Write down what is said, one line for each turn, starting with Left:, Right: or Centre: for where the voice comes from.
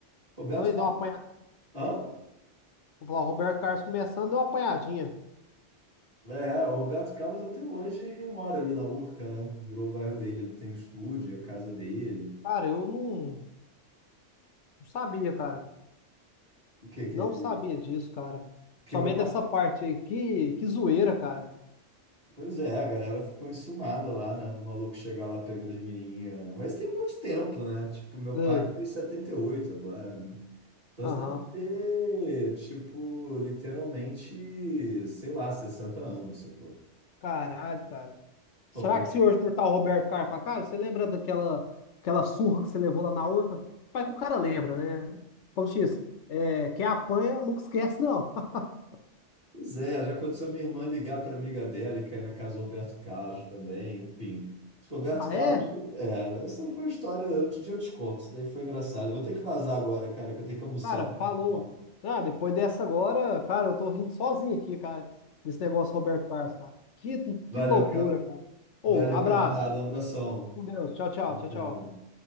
Right: Roberto
Left: Então ele
Right: Carlos.
Left: deu uma apanhadinha.
Right: Hã?
Left: Vou falar, o Roberto Carlos começando, deu uma apanhadinha.
Right: É, o Roberto Carlos até hoje mora ali na Urca, né? Virou o bairro dele, ele tem o estúdio, a casa dele.
Left: Cara, eu não, não sabia, cara.
Right: O que que
Left: Não
Right: ele.
Left: sabia disso, cara.
Right: Que
Left: Somente
Right: meu pai.
Left: dessa parte aí. Que, que zoeira, cara.
Right: Pois é, a galera ficou enciumada lá, né? Do maluco chegar lá pegando as menininhas, né? Mas tem muito tempo, né? Tipo, meu
Left: Ei,
Right: pai fez 78 agora, né? Então
Left: Aham.
Right: você deve ter, tipo, literalmente, sei lá, 60 anos, sacou?
Left: Caralho, cara.
Right: Roberto.
Left: Será que se hoje por tal Roberto Carlos falar, cara, você lembra daquela aquela surra que você levou lá na Urca? Pai, que o cara lembra, né? Como se diz, é, quem apanha nunca esquece, não. <laughs>
Right: Pois é, já aconteceu minha irmã ligar para amiga dela e cair na casa do Roberto Carlos também, enfim. Acho que o Roberto
Left: Ah,
Right: Carlos,
Left: é?
Right: é, essa foi uma história, outro dia eu te conto, isso daí foi engraçado. Eu Vou ter que vazar agora, cara, que eu tenho que almoçar,
Left: Cara,
Right: tô
Left: falou.
Right: com fome.
Left: Ah, depois dessa agora, cara, eu tô rindo sozinho aqui, cara, desse negócio Roberto Carlos, cara. Que,
Right: Valeu,
Left: que loucura,
Right: ca...
Left: cara. Ô,
Right: Valeu,
Left: abraço.
Right: camarada, um abração.
Left: Com Deus. Tchau, tchau, tchau,
Right: Tchau.
Left: tchau.